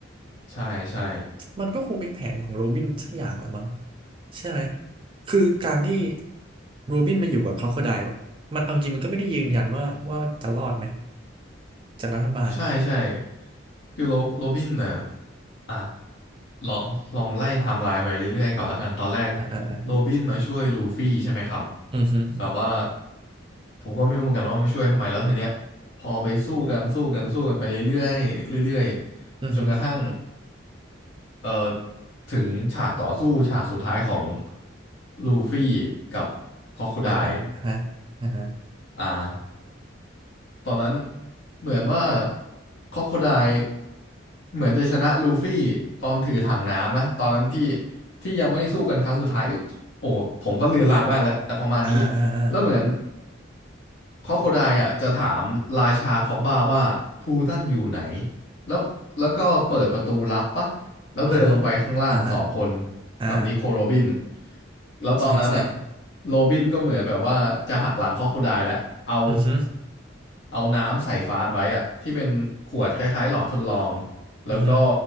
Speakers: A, on the left; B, on the right.
A: ใช่ใช่
B: มันก็คงเป็นแผนของโรบินสักอย่างแหละมั้งใช่ไหมคือการที่โรบินมาอยู่กับคล็อกโคไดลมันเอาจริงมันก็ไม่ได้ยืนยันว่าว่าจะรอดไหมจากรัฐบาล
A: ใช่ใช่คือโรโรบินน่ะอ่ะลองลองไล่ไทม์ไลน์ไปเรื่อยๆก่อนแล้วกันตอนแรก
B: อ่าอ่าอา
A: โรบินมาช่วยลูฟี่ใช่ไหมครับ
B: อือฮึ
A: แบบว่าผมก็ไม่รู้เหมือนกันว่ามาช่วยทำไมแล้วทีเนี้ยพอไปสู้กันสู้กันสู้กันไปเรื่อยๆเรื่อยๆจนกระทั่ง
B: อือฮึ
A: เอ่อถึงฉากต่อสู้ฉากสุดท้ายของลูฟี่กับค o อ o ค i
B: คล็อกโคไดลฮะอ่าฮะ
A: ได e อ่าตอนนั้นเหมือนว่าค o อ o ค i ได e เหมือนจะชนะลูฟี่ตอนถือถังน้ำนะตอนนั้นที่ที่ยังไม่ได้สู้กันครั้งสุดท้ายโอ้ผมก็เลือนลางบ้างแล้วแต่ประมาณนี้
B: อ่าอ่าอ่า
A: แล้วเหมือนค o อ o ค i ได e อ่ะจะถามราชาคอบบ้าว่าพูตันอยู่ไหนแล้วแล้วก็เปิดประตูลับปะ แล้วเดินลงไปข้างล่างสองคน
B: อือฮึอ่าฮะอ่า
A: กับนิโคโรบินแล้วตอนนั้นอะ
B: ใช่ใช่
A: โรบินก็เหมือนแบบว่าจะหักหลังครอโคไดแล้วเอา
B: อือฮึ
A: เอาน้ำใส่ฟาสไว้อะที่เป็นขวดคล้ายๆหลอดทดลองแล้วก็
B: อือฮึ